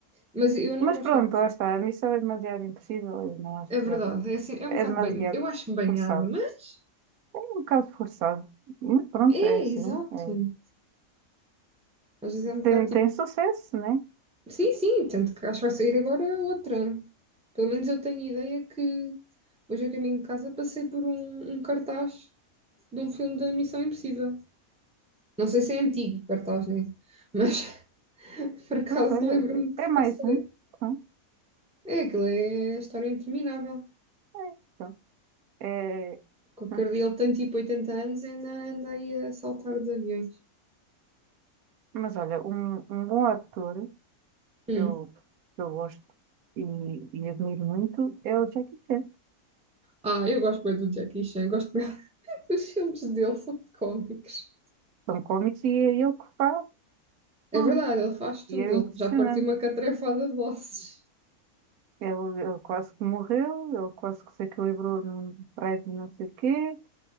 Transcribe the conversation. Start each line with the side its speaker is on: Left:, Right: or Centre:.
Centre: Mas eu não
Right: Mas
Centre: gosto
Right: pronto,
Centre: muito.
Right: lá está. A missão é demasiado impossível e não acho
Centre: É
Right: piada.
Centre: verdade, é assim, é um
Right: É
Centre: bocado
Right: demasiado
Centre: bem. Eu acho banhada,
Right: forçado.
Centre: mas.
Right: É um bocado forçado. Mas pronto,
Centre: É,
Right: é assim.
Centre: exato.
Right: é.
Centre: Às vezes é um
Right: Tem,
Centre: bocado tipo.
Right: tem sucesso, né?
Centre: Sim, sim, tanto que acho que vai sair agora outra. Pelo menos eu tenho ideia que hoje a caminho de casa passei por um, um cartaz de um filme da Missão Impossível. Não sei se é antigo, Bartás, né? Mas <laughs> por acaso
Right: Pois olha,
Centre: lembro-me que
Right: é mais
Centre: passei.
Right: um. Hum,
Centre: É, aquilo é a história interminável.
Right: É, pronto. É,
Centre: qualquer
Right: <laughs>
Centre: o Cardiel tem tipo 80 anos e ainda anda aí a saltar de aviões.
Right: mas olha, um, um bom ator.
Centre: Hum.
Right: que eu, que eu gosto e, e admiro muito é o Jackie Chan.
Centre: Ah, eu gosto bem do Jackie Chan, gosto bem <laughs> dos filmes dele, são cómicos.
Right: São cómics e é ele que faz
Centre: É
Right: tudo.
Centre: verdade, ele faz tudo,
Right: E é
Centre: ele
Right: impressionante.
Centre: já partiu uma catrefada de ossos.
Right: Ele, ele quase que morreu, ele quase que se equilibrou num prédio não sei o quê,